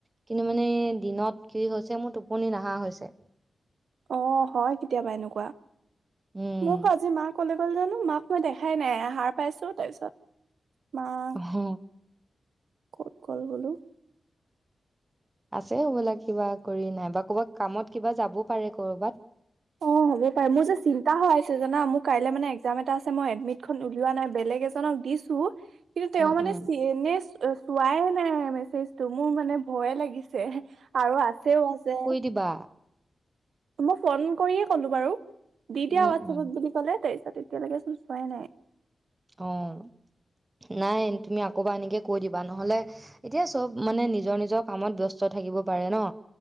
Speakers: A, on the right (about 25°); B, on the right (about 80°).
A: কিনো মানে দিনত কি হৈছে, মোৰ টোপনি নাহা হৈছে।
B: অ', হয় কেতিয়াবা এনেকুৱা।
A: উম
B: মোকো আজি মাই ক'লে ল জানো মাক মই দেখাই নাই, হাৰ পাইছো তাৰপিছত মাক
A: অ',
B: ক'ত গ'ল বোলো।
A: আছে হ'বলা কিবা কৰি নাইবা ক'বা কামত কিবা যাব পাৰে কৰ'বাত।
B: অ হ'ব পাৰে, মোৰ যে চিন্তা হৈ আছে জানা মোৰ কাইলে মানে একজাম এটা আছে মই এডমিতখন উলিওৱা নাই বেলেগ এজনক দিছো। <unintelligible> কিন্তু তেওঁ
A: উম
B: মানে
A: উম
B: <unintelligible> চোৱাই নাই মেছেজটো, মোৰ মানে ভয়ে লাগিছে আৰু আছেও আছে
A: কিবা।
B: মই ফ'ন কৰিয়ে ক'লো বাৰু, দি দিয়া
A: উম
B: হোৱাটছএপত
A: উম
B: বুলি ক'লে। তাৰপিছত এতিয়ালেকে চোন চোৱাই নাই।
A: অ', নাই তুমি আকৌ এবাৰ এনেকে কৈ দিবা, নহ'লে এতিয়া চব মানে নিজৰ নিজৰ কামত ব্যস্ত থাকিব পাৰে ন।